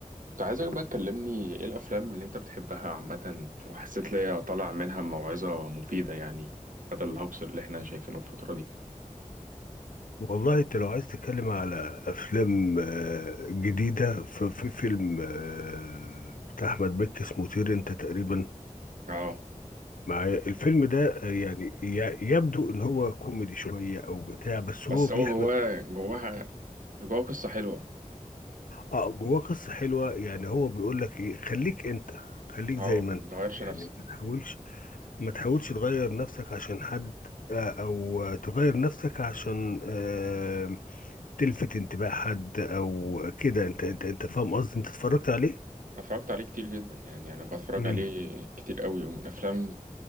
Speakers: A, on the right (about 80°); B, on the left (about 85°).
A: كنت عايزك بقى تكلمني ايه الافلام اللي انت بتحبها عامه وحسيت ليا طالع منها موعظه مفيده يعني بدل الهوكس اللي احنا شايفينه الفتره دي
B: والله انت لو عايز تتكلم على افلام آه، جديده ففي فيلم آه، بتاع احمد مكي اسمه طير انت تقريبا
A: اه
B: معايا الفيلم ده آه، يعني ي- يبدو ان هو كوميدي شويه او بتاع بس
A: بس
B: هو بيحمل
A: هو جواه جواها جواه قصه حلوه
B: اه جواه قصه حلوه يعني هو بيقول لك ايه خليك انت خليك
A: اه
B: زي
A: متغيرش
B: ما انت يعني
A: نفسك
B: ما تحاولش ما تحاولش تغير نفسك عشان حد آه، او آه، تغير نفسك عشان آه، تلفت انتباه حد او كده انت انت انت فاهم قصدي انت اتفرجت عليه
A: أنا اتفرجت عليه كتير جدا يعني انا بتفرج
B: امم
A: عليه كتير قوي ومن افلام